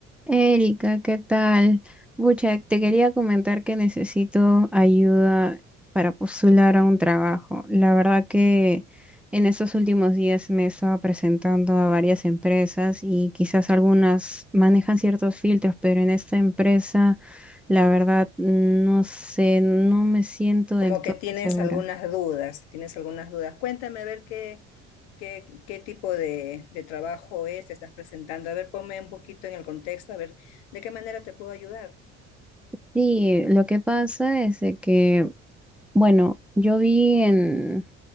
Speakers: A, in the centre; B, on the left.
A: Erika, ¿qué tal? Bucha, te quería comentar que necesito ayuda para postular a un trabajo. La verdad que en estos últimos días me he estado presentando a varias empresas y quizás algunas manejan ciertos filtros, pero en esta empresa, la verdad, no sé, no me siento
B: Como
A: del todo
B: que tienes
A: segura.
B: algunas dudas, tienes algunas dudas. Cuéntame a ver qué, qué, qué tipo de, de trabajo es, te estás presentando. A ver, ponme un poquito en el contexto, a ver de qué manera te puedo ayudar.
A: Sí, lo que pasa es de que, bueno, yo vi En